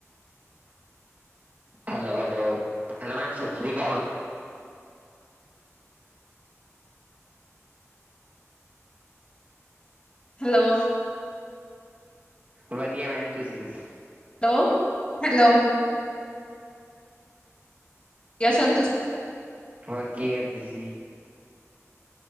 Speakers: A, on the right; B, on the left.
A: hello, hello, hello ma'am ਸਤ ਸ਼੍ਰੀ ਅਕਾਲ।
B: ਹੈਲੋ
A: ਵਧੀਆ ਮੈਮ, ਤੁਸੀ ਦਸੋ।
B: ਹੈਲੋ, ਹੈਲੋ ਯਸ ਸਰ ਤੁਸੀ
A: ਹੋਰ ਕੀ ਕਰਦੇ ਸੀ ਜੀ।